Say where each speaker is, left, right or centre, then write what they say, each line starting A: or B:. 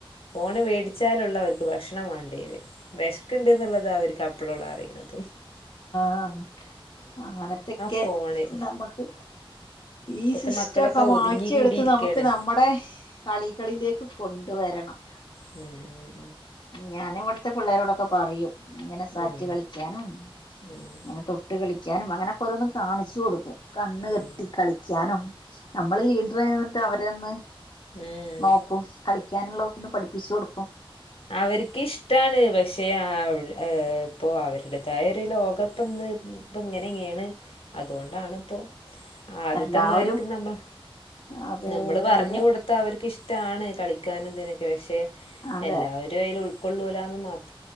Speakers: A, on the left; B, on the left.
A: ഫോണ് വേടി ച്ച ലോള്ളോര്ക്ക് ഭക്ഷണം വാണ്ടി <unintelligible> വെഷ്ക്ണ്ട് ന്ന്ള്ളതാ അവര്ക് അപ്പളോ ള അറിയ്ണത്
B: ആഹ് അങ്ങനത്തെക്കെ
A: ഫോണ്
B: നമക്ക് ഈ
A: ഇപ്പത്തെ
B: സിസ്റ്റംക്കെ
A: മക്കളൊക്കെ
B: മാറ്റിയെടുത്ത്
A: ഒതുങ്ങി കൂടിയിരിക്കാണ്
B: നമുക്ക് നമ്മടെ കളികളിലേക്ക് കൊണ്ടുവരണം.
A: മ്
B: ഞാന് വടത്തെ പിള്ളേരോടൊക്കെ പറിയും ഇങ്ങനെ സാറ്റ്
A: ഉം
B: കളിയ്കാനും
A: ഉം
B: ഇങ്ങനെ തോ ട്ട് കളിക്കാനും അങ്ങനെകോരോന്നു കാണിച്ച് കൊടുക്കും കണ്ണ് കെട്ടി
A: ഉം
B: കളി ക്യാനും നമ്മള് ലീഡ്രായി ന്ന്ട്ട് അവരന്ന്
A: ഉം
B: നോക്കും കളിക്കാന്ള്ളോ കൊന്ന് പഠിപ്പിച്ചു കൊടുക്കും.
A: അവര്ക്ക് ഇഷ്ടാണ് പഷെ ആഹ് ഏഹ് പ്പൊ അവര്ടേതായ ലോകപ്പന്ന് പ്പൊ ഇങ്ങെനീണ് അതോണ്ടാണ് പ്പൊ ആദ്യത്തെമ്മാർക്ക്
B: എല്ലാവരും
A: നമ്മ
B: അതെ
A: നമ്മള് പറഞ്ഞു
B: അതെ
A: കൊടു ത് അവർക്ക് ഇഷ്ടാണ് കളിക്കാനും തിനൊക്കെ പക്ഷെ
B: അതെ
A: എല്ലാവരും ആയില് ഉൾക്കൊള്ളൂലാന്ന് മാത്രം.